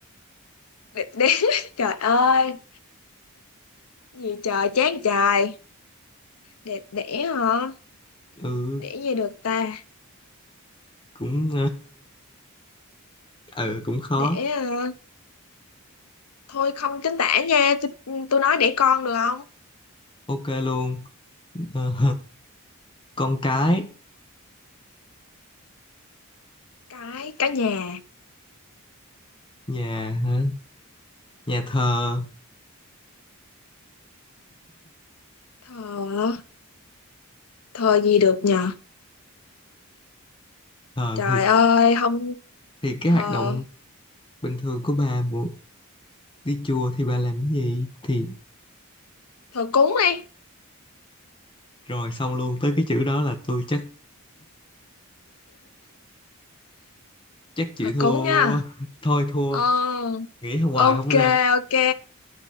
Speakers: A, on the left; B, on the left.
A: đẹp đẽ <laughs> trời ơi gì trời chán trời đẹp đẽ hả
B: ừ
A: để gì được ta
B: cũng ờ, ừ cũng khó
A: để ờ, thôi không chính tả nha tôi tôi nói để con được không
B: ok luôn Ờ, con cái
A: cái cái nhà
B: nhà hả? nhà thờ
A: thờ thờ gì được nhờ
B: thờ
A: trời
B: thì
A: ơi không
B: thì cái
A: thờ
B: hoạt động bình thường của bà muốn đi chùa thì bà làm cái gì thì
A: thờ cúng đi
B: rồi xong luôn tới cái chữ đó là tôi chắc chắc chịu
A: thờ
B: thua
A: cúng nha
B: quá. thôi thua
A: ờ
B: nghĩ hoài
A: ok
B: không ra
A: ok